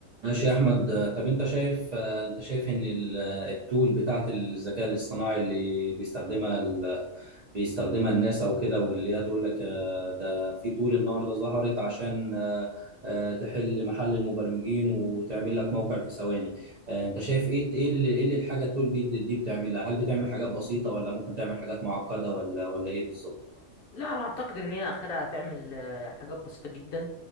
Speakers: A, on the right; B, on the left.
A: ماشي يا احمد آه، طب انت شايف آه، انت شايف ان ال- آه، التول بتاعت الذكاء الاصطناعي اللي بيستخدمها ال... بيستخدمها الناس او كده واللي هي تقول لك آه، ده في تول النهارده ظهرت عشان آه، آه، تحل محل المبرمجين وتعمل لك موقع في ثواني آه، انت شايف ايه ايه اللي, إيه اللي الحاجه التول دي دي بتعملها هل بتعمل حاجات بسيطه ولا ممكن تعمل حاجات معقده ولا ولا ايه بالظبط
B: لا انا اعتقد ان هي اخرها هتعمل آه، حاجات بسيطه جدا